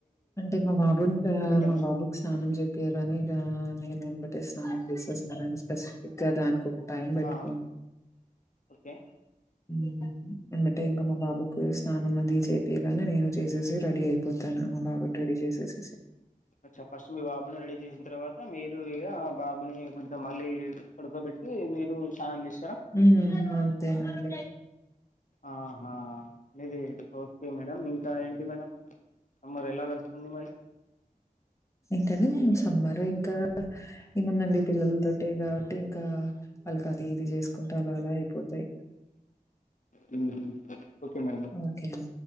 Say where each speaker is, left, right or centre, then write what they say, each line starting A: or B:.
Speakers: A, on the left; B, on the left.
A: అంటే మా బాబుని
B: టైమ్స్
A: మా బాబుకి స్నానం చెపియాగానే ఇగా నేను ఎంబటే స్నానం చేసేస్త స్పెసిఫిక్ గ దానికి ఒక టైం పెట్టుకోన్
B: ఆ ఓకే
A: హ్మ్ ఎమ్మట్టే ఇంకా మా బాబుకు స్నానం అది చేపియగానే నేను చేసేసి రెడీ అయి మా బాబును రెడీ చేసేసిసి
B: అచ్చా ఫస్ట్ మీ బాబుని రెడీ చేసిన తర్వాత మీరు ఇ ఆ బాబుని కొంచెం మళ్ళీ పడుకోబెట్టి ట్టి మీరు స్నానం చేస్తర
A: హ్మ్ అంతేనండి
B: ఆహా మీది ఒకే మేడం ఇంక ఏంటి మేడం మరి ఎలా గడుస్తుంది మరి
A: ఏంటనే సమ్మర్ ఇంకా ఏముందండి పిల్లలతోటె ఇగ అంటే ఇంకా వాళ్ళకి అది ఇది చేసుకుంట అలా అలా అయిపోతయి
B: ఉహ్మ్ ఒకే మేడం
A: ఓకే అండి.